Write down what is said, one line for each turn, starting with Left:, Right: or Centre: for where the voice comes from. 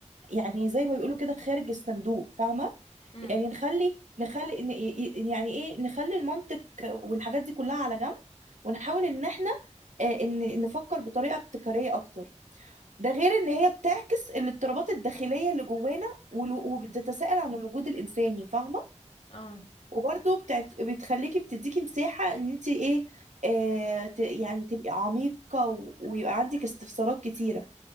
Right: يعني زي ما بيقولوا كده خارج الصندوق فاهمه
Left: امم
Right: يعني نخلي نخلي إن- ي- ي- يعني ايه نخلي المنطق والحاجات دي كلها على جنب ونحاول ان احنا آه، ان نفكر بطريقه ابتكاريه اكتر ده غير ان هي بتعكس الاضطرابات الداخليه اللي جوانا والو- وبتتساءل
Left: مم.
Right: عن الوجود الانساني فاهمه
Left: اه
Right: وبرده بتعت... بتخليكي بتديكي مساحه ان انت ايه آه ت... يعني تبقي عميقه و... ويبقى عندك استفسارات كتيره